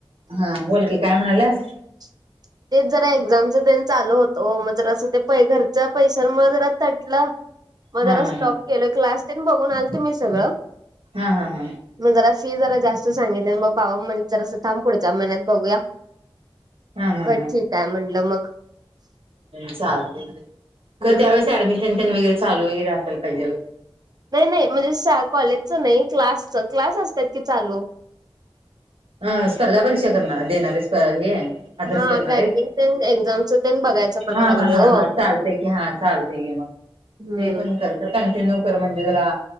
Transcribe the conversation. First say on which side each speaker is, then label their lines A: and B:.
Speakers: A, on the right; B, on the right.
A: हा बोलकी काय म्हणाल्यास.
B: <inaudible> तेच जरा एक्झामच तेन चालू होतो वो मग जर असं ते पै घरच्या पैशां म जरा तटलं. मग
A: हा
B: जरा
A: हा
B: स्टॉप
A: हा
B: केल क्लास तेन बघून आलतो मी सगळं.
A: हा हम हा.
B: मग जरा फी जरा जास्त सांगितली मग बाबा म्ह जरास थब पुढच्या महिन्यात बघूया.
A: हा हा
B: बर ठीक आहे म्हणलं मग
A: चालतंय की. खरं
B: हम्म
A: त्यावेळेस ऍडमिशन तेन वगैरे चालू वगैरे असेल पाहिजेल.
B: नाही नाही म्हणजे श कॉलेजचं नाही क्लासच क्लास असतात की चालू.
A: ह स्पर्धा परीक्षा करणार देणारे प हे. अभ्यास
B: हा
A: करणारे
B: बँकिंग तेन एक्झामच तेन बघायचं म्हणा
A: हा
B: लागलोय
A: हा हा
B: ओ.
A: हा चालतंय की हा चालतय क मग.
B: हम्म.
A: ते पण खर कंटिन्यू कर म्हणजे जरा.